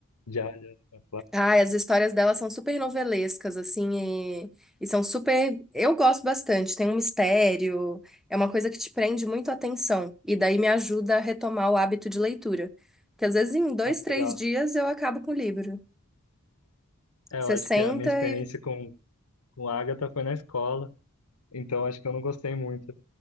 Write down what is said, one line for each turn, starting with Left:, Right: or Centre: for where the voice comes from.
Left: Já, já. É
Centre: Ai, as histórias dela são super novelescas, assim, e, e são super. Eu gosto bastante, tem um mistério, é uma coisa que te prende muito a atenção, e daí me ajuda a retomar o hábito de leitura. Porque às vezes em dois,
Left: Ah,
Centre: três
Left: legal.
Centre: dias eu acabo com o livro.
Left: É,
Centre: Você
Left: eu acho
Centre: senta
Left: que a minha experiência
Centre: e.
Left: com, com a Agatha foi na escola, então acho que eu não gostei muito.